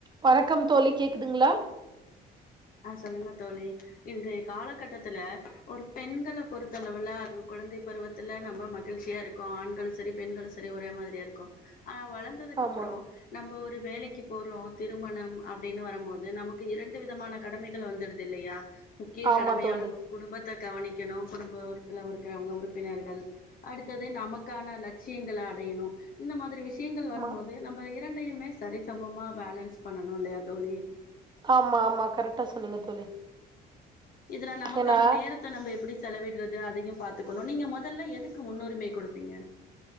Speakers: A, on the right (about 25°); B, on the left (about 55°).
A: வணக்கம் தோழி கேக்குதுங்ளா
B: அ சொல்லுங்க தோழி இன்றைய காலகட்டத்துல ஒரு பெண்கள பொறுத்தளவுல அது கொழந்தை பருவத்துல நம்ம மகிழ்ச்சியா இருக்கோ ஆண்களு சரி பெண்களு சரி ஒரே மாதிரியா இருக்கோ ஆனா வளந் ததுக்கப்பறோ
A: ஆமா
B: நம்ம ஒரு வேலைக்கி போறோ திருமணம் அப்புடின்னு வரும்மோது நமக்கு இரண்டு விதமான கடமைகள் வந்துடுது இல்லையா முக்கிய
A: ஆமா
B: கடமையா
A: தோழி
B: நம்ப குடும்பத்த கவனிக்கணு குடும்பத்துல இருக்கவங்க உறுப்பினர்கள் அடுத்தது நமக்கான லட்சியங்கள அடையணு இந்த மாதிரி விஷ் கிங்கள்
A: ஆமா
B: வரும்போது நம்ம இரண்டையுமே சரிசமமா பேலன்ஸ் பண்ணணு இல்லையா தோழி
A: ஆமா ஆமா கரெட்டா சொன்னீங்க தோழி
B: இதுல நமக்கான
A: ஏன்னா
B: நேரத் த நம்ப எப்புடி செலவிட்றது அதையு பாத்துக்கணு நீங்க மொதல்ல எதுக்கு முன்னுரிமை குடுப்பீங்க